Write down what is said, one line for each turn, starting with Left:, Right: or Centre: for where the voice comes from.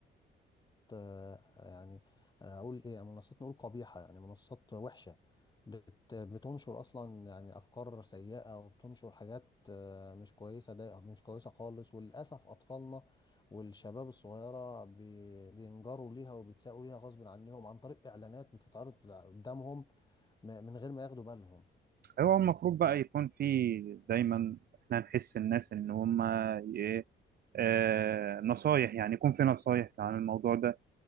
Left: آه، يعني آه، اقول ايه منصات نقول قبيحه يعني منصات وحشه بت بتنشر اصلا يعني افكار سيئه وبتنشر حاجات آه، مش كويسه ده مش كويسه خالص وللاسف اطفالنا والشباب الصغيره بي- بينجروا ليها وبيتساقوا ليها غصب عنهم عن طريق اعلانات بتتعرض قدامهم م- من غير ما ياخدوا بالهم
Right: هو المفروض بقى يكون في دايما احنا نحس الناس إن هم إيه آه نصايح يعني يكون في نصايح عن الموضوع ده